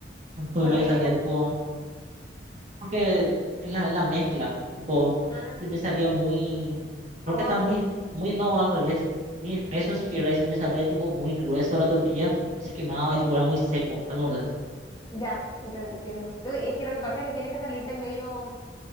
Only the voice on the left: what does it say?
¿Pero
qué
te gustó?
Ah,
aguado.
Ah,
mm,
Ya, enten- entiendo. Tú, Y es que lo que pasa es que tiene que salirte medio...